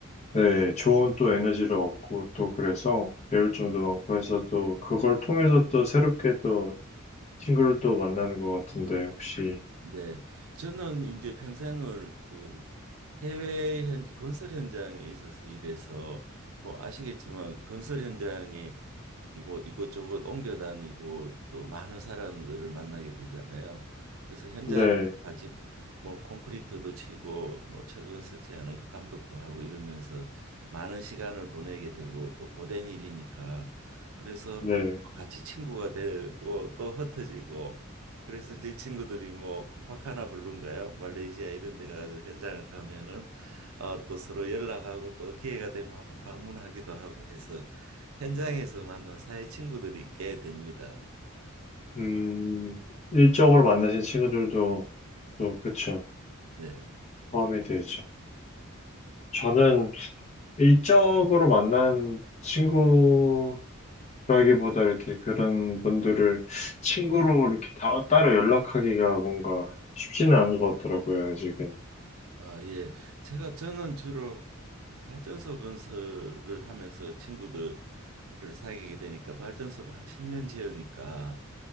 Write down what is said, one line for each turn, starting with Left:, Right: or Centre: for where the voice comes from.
Left: 네, 좋은 또 에너지를 얻고 또 그래서 배울 점도 많고 해서 또 그걸 통해서 또 새롭게 또 친구를 또 만나는 것 같은데 혹시,
Right: 네. 저는 이제 평생을 그 해외 현, 건설 현장에 있어서 일해서 뭐 아시겠지만 건설 현장에 이- 뭐 이곳저곳 옮겨 다니고 또 많은 사람들을 만나게 되잖아요. 그래서 현장에
Left: 네,
Right: 같이 뭐 콘크리트도 치고 뭐 철근 설치하는 그 감독도 하고 이러면서 많은 시간을 보내게 되고 또 고된 일이니까 그래서
Left: 네,
Right: 같이 친구가 되고 또 흩어지고 그래서 이제 친구들이 뭐 코파카나 블루인가요? 말레이시아 이런 데 가서 현장을 가면은 어, 또 서로 연락하고 또 기회가 되면 한번 방문하기도 하고 해서 현장에서 만난 사회 친구들이 꽤 됩니다.
Left: 음, 일적으로 만나신 친구들도 또 그쵸,
Right: 네.
Left: 포함이 되죠. 저는 일적으로 만난 친구 그러기보다 이렇게 그런 분들을 친구로 이렇게 다, 따로 연락하기가 뭔가 쉽지는 않은 것 같더라고요, 아직은.
Right: 아, 예. 제가 저는 주로 발전소 건설을 하면서 친구들을 사귀게 되니까 발전소를 한 10년 지으니까